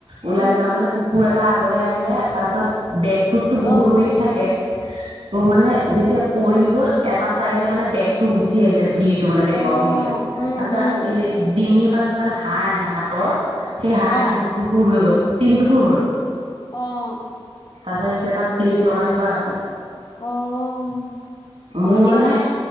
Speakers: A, on the right; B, on the left.
A: ওলাই
B: উম,
A: যাওঁতেই মানে কুকুৰ এ তাই আগলৈ আহিলে পাছত। বেক। তাত টো
B: অ',
A: বহুত ৱেইট থাকে। অ মানে যেতিয়া পৰি গ'ল। এটা চাইডে মানে বেগটো গুচি আহিলে ভিৰ টো মানে বেগৰ
B: অ',
A: ভিৰতটো তাৰ
B: উম,
A: পাছত
B: উম,
A: এই ডিঙিৰ <inaudible> হাড়, হে হাতৰ সেই হাড়ডাল
B: অ',
A: দুটুকুৰ হৈ গ'ল। তিন টুকুৰ হ'ল।
B: অঁ
A: তাৰ পাছত এতিয়া তাত প্লেট লগাই থোৱা আছে।
B: অঁ হয়
A: মোৰ
B: দিয়া।
A: মানে